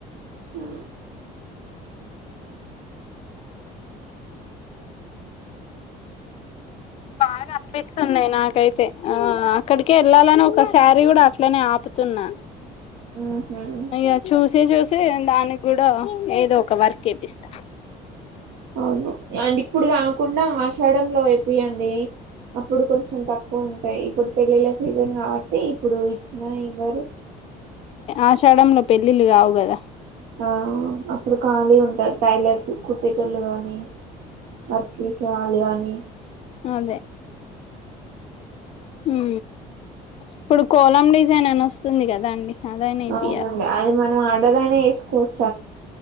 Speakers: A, on the right; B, on the left.
A: ఆ
B: బాగా అనిపిస్తున్నాయి నాకు అయితే ఆ అక్కడికే వెళ్ళాలని ఒక సారీ కూడా అట్లనే ఆపుతున్నా
A: ఉహు
B: ఇక చూసి చూసి దానికి కూడా ఏదో ఒక వర్క్ ఎపిస్తా
A: అవును యండి ఇప్పుడు కాకుండా ఆషాడంలో ఏపియండి అప్పుడు కొంచెం తక్కువ ఉంటాయి ఇప్పుడు పెళ్ళిళ్ళ సీజన్ కాబట్టి ఇప్పుడు ఇచ్చిన ఇవ్వరు
B: ఆషడంలో పెళ్ళిళ్ళ కావు కదా
A: ఆ అప్పుడు ఖాళీ ఉంటారు టైలర్స్ కొట్టేటోళ్లు గాని వర్క్ వేసే వాళ్లు గాని
B: అదే ఉ ఇప్పుడు కోలం డిజైన్ అని వస్తుంది కదా అండి అదైనా ఏపియాలి
A: అవునండి అది మనం ఆర్డర్ అయినా చేసుకోవచ్చు